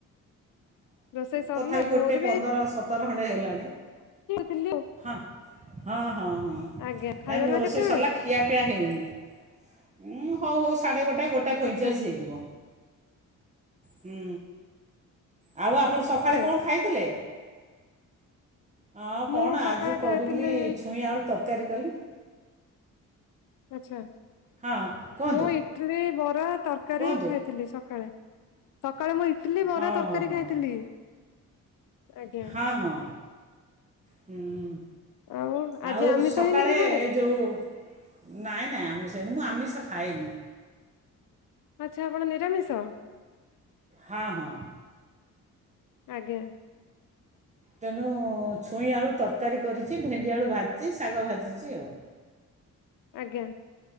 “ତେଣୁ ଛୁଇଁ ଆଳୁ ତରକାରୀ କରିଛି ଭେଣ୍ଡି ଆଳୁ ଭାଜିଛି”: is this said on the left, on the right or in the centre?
Right